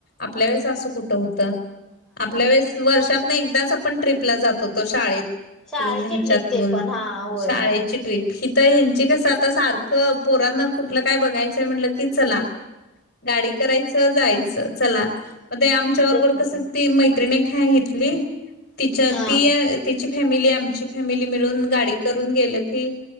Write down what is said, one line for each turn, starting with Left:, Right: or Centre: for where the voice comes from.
Left: आपल्या वेळेस असं कुठं होतं? आपल्या वेळेस वर्षात ना एकदाच आपण ट्रीपला जात होतो शाळेत.
Centre: शाळेची
Left: तून ह्याच्यातून
Centre: ट्रिप ते पण हा होय
Left: शाळेची ट्रिप. हित ह्यांची कसं आता सारखं पोरांना कुठलं काय बघायचंय म्हणलं की चला. गाडी करायचं जायचं चला. मग आमच्या बरोबर
Centre: ते तर
Left: कस ती मैत्रिणी एक आहे हितली तिच्या
Centre: हा
Left: ती तिची फॅमिली, आमची फॅमिली मिळून गाडी करून गेलं की